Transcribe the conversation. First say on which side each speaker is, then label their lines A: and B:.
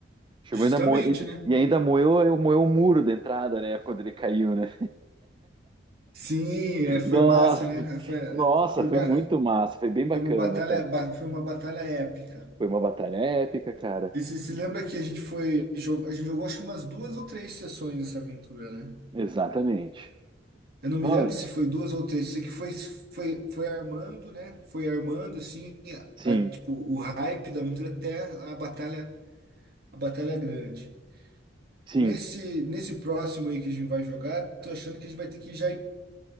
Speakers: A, on the right; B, on the right.
A: Chegou
B: justamente,
A: ainda mo- e
B: né?
A: e ainda moeu, moeu o muro da entrada, né? Quando ele caiu, né?
B: Sim, é, foi
A: Nossa,
B: massa, né? Foi,
A: nossa,
B: foi,
A: foi
B: ba-
A: muito massa, foi bem bacana,
B: foi uma batalha,
A: cara.
B: ba- foi uma batalha épica.
A: Foi uma batalha épica, cara.
B: E você se lembra que a gente foi, jo- a gente jogou acho que umas duas ou três sessões dessa aventura, né?
A: Exatamente.
B: Eu não me
A: Ah,
B: lembro se foi duas ou três, sei que foi, foi, foi armando, né? Foi armando, assim,
A: sim,
B: a- a, tipo, o hype da aventura até a batalha, a batalha grande.
A: sim.
B: Nesse, nesse próximo aí que a gente vai jogar, tô achando que a gente vai ter que já ir,